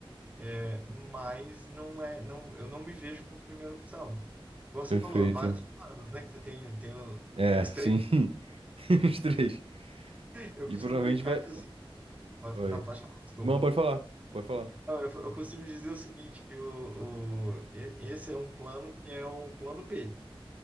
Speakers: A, on the right (about 15°); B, on the right (about 80°).
A: é, mas não é, não, eu não me vejo como primeira opção. Igual você
B: Perfeito.
A: falou, vários planos, né? Que você tem, tem, o-
B: É,
A: tem os
B: sim.
A: três
B: <laughs> Os três.
A: Eu
B: E
A: costumo
B: provavelmente
A: brincar
B: vai.
A: que é o seguinte.
B: Oi.
A: Não, pode falar, desculpa.
B: Não, pode falar. Pode falar.
A: Não, eu, eu costumo dizer o seguinte, que o, o- e- esse é um plano que é o plano B.